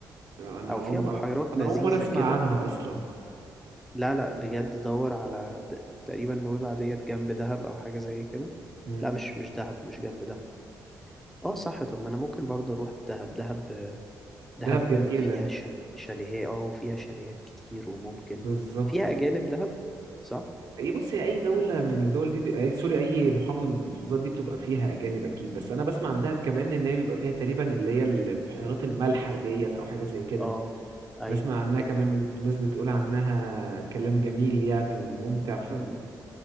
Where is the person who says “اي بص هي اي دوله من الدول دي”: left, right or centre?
Right